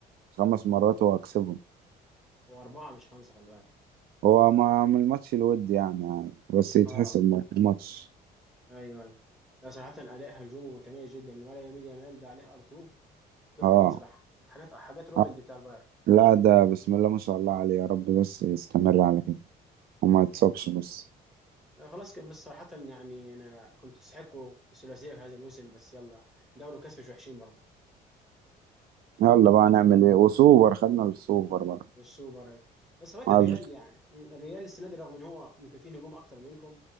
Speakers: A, on the right; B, in the centre.
A: خمس مرات هو هكسبهم
B: هو أربعة مش خمسة خلي بالك
A: هو ما من الماتش الود يعني, يعني بس يتحسب
B: اه
A: ماتش
B: ايوه ايوه لا صراحة أداء هجومه متميز جدا ولا يميل يامال ده عليه ار2 بتوع
A: اه
B: روبن صراحه حاجات حاجات روبن
A: آه،
B: دي بتاع البايرن
A: لا ده بسم الله ما شاء الله عليه يا رب بس يستمر على كده وما
B: امم
A: يتصابش بس
B: آه، خلاص كده، بس صراحه يعني انا كنت تستحقوا الثلاثيه في هذا الموسم بس يلا دوري وكاس مش وحشين برضه
A: يلا بقى نعمل ايه وسوبر خدنا السوبر بقى
B: والسوبر أيوة. بس هو الريال
A: عال-
B: يعني مم، الريال السنه دي رغم ان هو يمكن فيه نجوم اكتر منكم